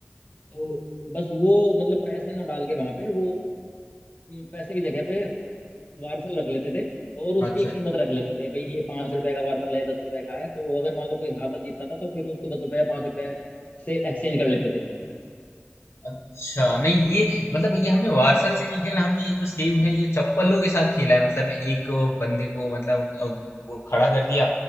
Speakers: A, on the left (about 40°); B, on the left (about 80°).
A: तो बस वो मतलब पैसे ना डाल के वहां पे वो अम, पैसे की जगह पे वारसल रख लेते थे और उसकी
B: अच्छा
A: एक कीमत रख लेते थे भाई ये पांच रुपए का वारसल है दस रुपए का है तो अगर मान लो कोई हारता जीतता था तो फिर उसको दस रुपए पांच रुपए से एक्सचेंज कर लेते थे
B: अच्छा नहीं ये मतलब ये हमने वार्सल से नहीं खेला हमने ये जो सेम है ये चप्पलों के साथ खेला है मतलब एक बंदे को मतलब अ, गो- खड़ा कर दिया